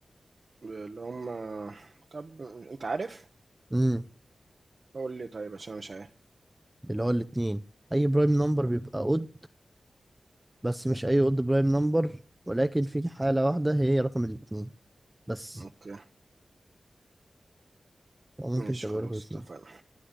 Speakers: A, on the right; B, on the right.
A: اللي هم طب انت عارف
B: امم
A: قول لي طيب عشان أنا مش عارف
B: اللي هو الاتنين اي برايم نمبر بيبقى اود بس مش اي اود برايم نمبر ولكن في حالة واحدة هي رقم الاتنين بس
A: اوكي
B: أو ممكن
A: ماشي
B: تبقى
A: خلاص
B: رقم اتنين
A: اتفقنا